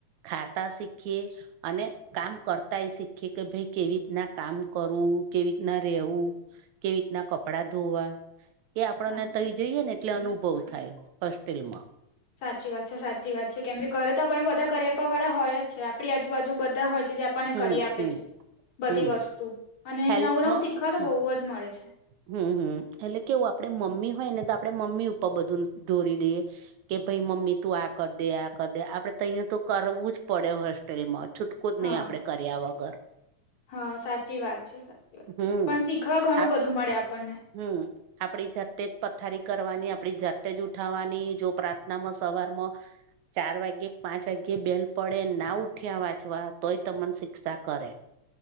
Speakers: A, on the right; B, on the left.
A: ખાતા શીખીએ અને કામ કરતાએ શીખી કે ભઈ કેવીતના કામ કરવું? કેવીતના રહેેવું? કેવીતના કપડા ધોવા? એ આપણને
B: ના ના
A: તઈ જઈએ ને એટલે અનુભવ થાય, હોસ્ટેલમાં
B: સાચી વાત છે, સાચી વાત છે, કેમ કે ઘરે તો આપણને બધા કરી આપવા વાળા હોય જ છે, આપણી આજુબાજુ બધા હજ કેજે આપણને
A: હમ
B: કરી આપે
A: હમ
B: છે, બધી
A: હમ
B: વસ્તુ, અને
A: હેલ્પમાં
B: નવું નવું શીખવા તો
A: હમ
B: બઉ જ મળે છે
A: હમ, હમ, એટલે કેવું આપડે મમ્મી હોય ને તો આપડે મમ્મી ઉપર બધુન ઢોરી દઈએ કે ભઈ મમ્મી તું આ કરદે, આ કરદે, આપડે તહીંયા તો કરવું જ પડે, હોસ્ટેલમાં છુટ કોજ
B: હા
A: નહી આપડે કર્યા વગર.
B: હા, સાચી વાત છે, સાચી વાત
A: હમ
B: છે, પણ શીખવા ઘણું
A: આપ
B: બધું મળે આપણને.
A: હમ આપણી જાતે જ પથારી કરવાની, આપણી જાતે જ ઉઠાવાની, જો પ્રાર્થનામાં સવારમોં ચાર વાગ્યે, પાંચ વાગ્યે બેલ પડેન, ના ઉઠ્યા વાંચવા તોય તમન શિક્ષા કરે